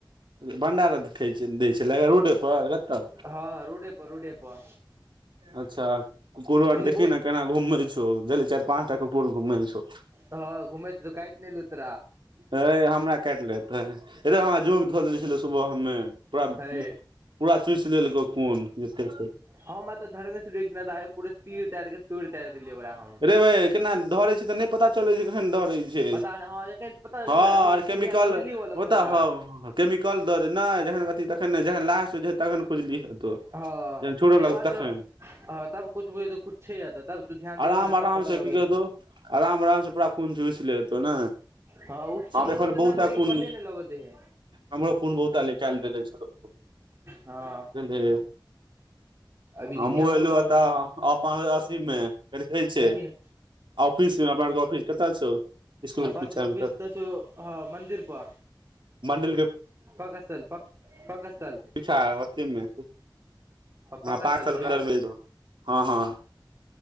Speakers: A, on the right; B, on the right.
A: भंडारै दै छै रोडे पर कतऽ
B: हँ रोडे पर रोडे पर
A: अच्छा कुकुरो
B: एन्ने
A: आर देखही
B: बहुत
A: ने केना घूमै छौ चारि पाच टा कुकुर घूमे छौ
B: हँ घुमए हे तऽ काइट नहि लूतरा
A: ह हमरा काटि लेते हमरा जोक धऽ लइ छलै सुबहमे तोरा
B: हे
A: पूरा चुस लेलकौ खून जेते छौ
B: हम तऽ धरने पूरा तीर तारिक तो तारि देलियै ओकरा हम
A: रेबे केना धरै छै तऽ नहि पता च खन डरै छै
B: पता नहि हँ जखन पता
A: हँ
B: अथी
A: आर केमिकल
B: कुड़िया खुजली
A: ओ
B: हुअ लगतौ हल्का
A: त ह केमिकल दऽ दे नहि जखन अथी तखन नहि जखन लास्ट हो जेतै तखन खुजली हेतौ
B: हँ
A: जखन छोर
B: तकर
A: लगतौ
B: बाद
A: तखन
B: तब हँ तब कुछ बुझ त कु छै य त तब तू ध्यान देबी
A: आराम
B: न तब
A: आराम
B: पता
A: से
B: लगै
A: की करतौ आराम आराम से पूरा खून चुसि लेतौ ने
B: हँ ओ
A: हम
B: चढ़बो
A: देखल
B: तऽनै
A: बहुते
B: करै
A: खून
B: पते नहि लग दै है
A: हमरो फोन बहुत निकाल रहले बुझलिय
B: हँ
A: <unintelligible>
B: अभी
A: हमु
B: देखिय हमहुँ
A: एलौ
B: अब
A: तऽ अपन अथीमे रहै छै
B: कथी
A: ऑफिसमे अपन सब के अफिस कतऽ अ छौ स्कूल
B: अ
A: के
B: पस
A: पीछा
B: ऑफिस
A: मे
B: तऽ छ ह मंन्दिर प
A: मण्डिलके
B: पाकस्तल प पाकस्तल
A: पीछा उ अथीमे हँपा
B: पक स्थल
A: र साल
B: पर
A: के
B: ने
A: अर मिल हँ हँ